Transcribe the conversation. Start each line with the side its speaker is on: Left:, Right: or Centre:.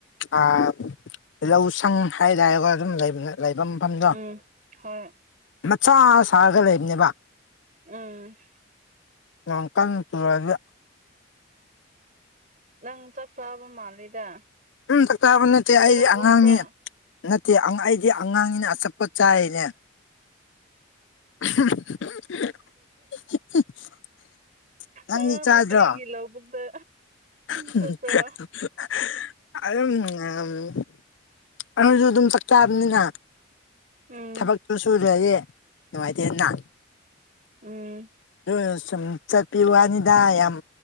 Left: ꯑ ꯂꯧꯁꯪ ꯍꯥꯏꯇꯥꯔꯦꯀꯣ ꯑꯗꯨꯝ ꯂꯩꯕꯅꯦ ꯂꯩꯕꯝ ꯈꯪꯕ꯭ꯔꯥ
Right: ꯎꯝ ꯍꯣꯏ
Left: ꯃꯆꯥ ꯁꯥꯔꯒ ꯂꯩꯕꯅꯦꯕ
Right: ꯎꯝ
Left: ꯅꯣꯡ ꯀꯟꯅ ꯆꯨꯔꯛꯑꯗꯤ
Right: ꯅꯪ ꯆꯥꯛ ꯆꯥꯕ ꯃꯥꯜꯂꯤꯗ
Left: ꯎꯝ ꯆꯥꯛ ꯆꯥꯕ ꯅꯠꯇꯦ
Right: ꯆꯔꯥ
Left: ꯑꯩ
Right: ꯑꯣꯟꯕ꯭ꯔꯥ
Left: ꯑꯉꯥꯡꯅꯤ ꯅꯠꯇꯦ ꯑꯩꯗꯤ ꯑꯉꯥꯡꯅꯤꯅ ꯑꯆꯥꯄꯣꯠ ꯆꯥꯏꯅꯦ <unintelligible>
Right: ꯑꯩꯅ
Left: ꯆꯥꯗ꯭ꯔꯣ
Right: ꯕꯦꯀꯔꯤꯒꯤ ꯂꯧꯕꯨꯛꯇ
Left: <unintelligible>
Right: ꯆꯠꯄ꯭ꯔꯥ
Left: ꯑꯗꯨꯝ ꯅꯨꯉꯥꯢꯑꯝꯅꯤ ꯑꯩꯈꯣꯢꯖꯨ ꯑꯗꯨꯝ ꯆꯥꯛ ꯆꯥꯕꯅꯤꯅ
Right: ꯎꯝ
Left: ꯊꯕꯛꯇꯨ ꯁꯨꯗ꯭ꯔꯗꯤ ꯅꯨꯡꯉꯥꯢꯇꯦꯅ
Right: ꯎꯝ
Left: ꯑꯗꯨꯑꯣꯢꯔ ꯁꯨꯝ ꯆꯠꯄꯤ ꯋꯥꯅꯤꯗ ꯌꯥꯝ